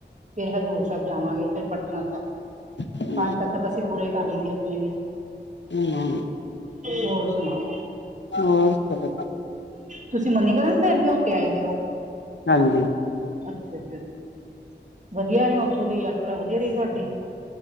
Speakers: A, on the right; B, on the left.
A: ਫਿਰ ਹਜ਼ੂਰ ਸਾਹਿਬ ਜਾਵਾਂਗੇ ਫਿਰ ਪਟਨਾ
B: ਹੂੰ
A: ਪੰਜ ਤਖ਼ਤ ਅਸੀਂ ਪੂਰੇ ਕਰ ਲਈਏ ਆਪਣੇ ਵੀ
B: <inaudible>
A: ਹੋਰ ਸੁਣਾਓ।
B: ਹੋਰ ਸ <inaudible>
A: ਤੁਸੀਂ ਮੰਨੀਕਰਨ ਸਾਹਿਬ ਵੀ ਹੋ ਕੇ ਆਏ ਦਿ ਓ?
B: ਹਾਂਜੀ।
A: ਅੱਛਾਜੀ ਅਸ਼ਾ। ਵਧੀਆ ਰਿਹਾ ਉਥੋਂ ਦੀ ਯਾਤਰਾ ਵਧੀਆ ਰਹੀ ਤੁਹਾਡੀ?